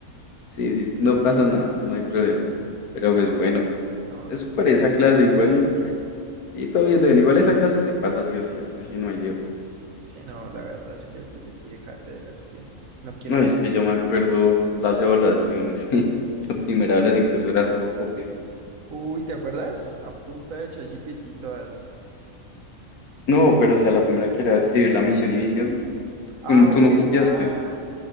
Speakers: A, on the left; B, on the right.
A: sí, sí, no pasa nada, no hay problema. Pero pues bueno,
B: No,
A: eso
B: tú sabes
A: para esa clase
B: que yo fui
A: igual,
B: legal.
A: sí, todo bien, todo bien. Igual esa clase se pasa sí o sí, eso sí, no hay lío.
B: Sí, no, la verdad es que el que se tire cátedra es que no quiere
A: No,
B: ir
A: es
B: a estudiar.
A: que yo me acuerdo las evaluaciones. <laughs> La primera evaluación que eso era solo copia.
B: Uy, ¿te acuerdas? A punta de ChatGPT todas.
A: No, pero o sea, la primera que era escribir la misión y visión.
B: Ah,
A: ¿Tú,
B: ok.
A: tú no copiaste?
B: Ah,